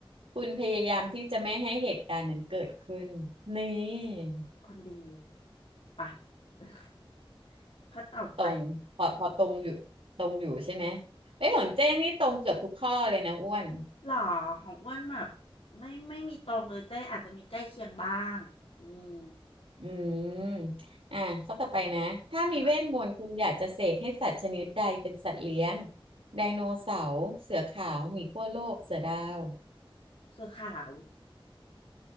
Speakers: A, on the right; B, on the left.
A: คุณพยายามที่จะไม่ให้เหตุการณ์นั้นเกิดขึ้นนี่
B: คนดีปะ <laughs> ข้อต่อไป
A: ตรงพอพอตรงอยู่ตรงอยู่ใช่ไหมเอ้ยของเจ้นี่ตรงเกือบทุกข้อเลยนะอ้วน
B: หรอของอ้วนแบบไม่ไม่มีตรงเลยเจ้อาจจะมีใกล้เคียงบ้างอืม
A: อืมอ่ะข้อต่อไปนะถ้ามีเวทมนต์คุณอยากจะเสกให้สัตว์ชนิดใดเป็นสัตว์เลี้ยง
B: ค่ะ
A: ไดโนเสาร์เสือขาวหมีขั้วโลกเสือดาว
B: เสื้อขาว